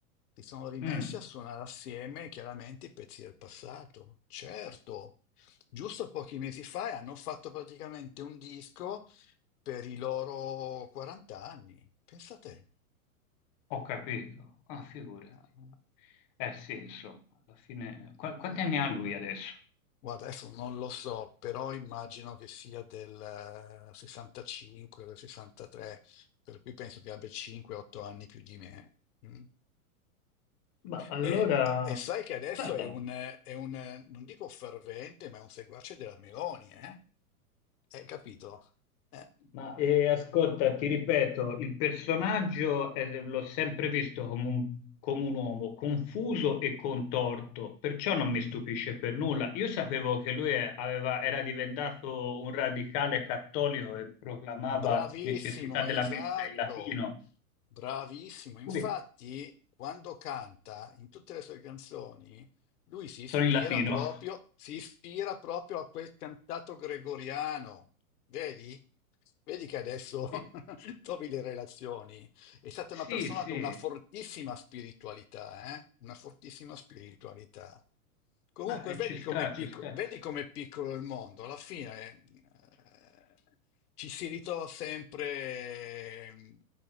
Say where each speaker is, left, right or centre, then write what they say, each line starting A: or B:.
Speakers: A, on the left; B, on the left.
A: Si sono rimessi
B: Mm,
A: a suonare assieme chiaramente i pezzi del passato. Certo, giusto pochi mesi fa e hanno fatto praticamente un disco per i loro 40 anni. Pensate.
B: ho capito. Ah, figurati.
A: Ah,
B: Eh sì, insomma, alla fine... Qua- quanti anni ha lui adesso?
A: Guarda, adesso non lo so, però immagino che sia del eh, 65 o del 63, per cui penso che abbia 5-8 anni più di me. Mm.
B: Ma allora,
A: E, e sai che adesso
B: guarda,
A: è un, eh, è un, eh, non dico fervente, ma è un seguace della Meloni, eh? Hai capito? Eh.
B: Ma eh, ascolta, ti ripeto, il personaggio eh, l'ho sempre visto come un, come un uomo confuso e contorto, perciò non mi stupisce per nulla. Io sapevo che lui è- aveva- era diventato un radicale cattolico e proclamava
A: Bravissimo,
B: necessità della
A: esatto,
B: messa in latino.
A: bravissimo. Infatti,
B: Ui,
A: quando canta in tutte le sue canzoni, lui si ispira
B: sono in latino.
A: proprio, si ispira proprio a quel cantato gregoriano. Vedi? Vedi che adesso
B: <laughs>
A: <laughs> trovi le relazioni. È stata una
B: Sì,
A: persona
B: sì, sì,
A: con una fortissima spiritualità, eh? Una fortissima spiritualità. Comunque,
B: ma eh,
A: vedi
B: ci sta,
A: com'è picco-
B: ci sta.
A: vedi com'è piccolo il mondo, alla fine eh, ci si ritrova sempre eh,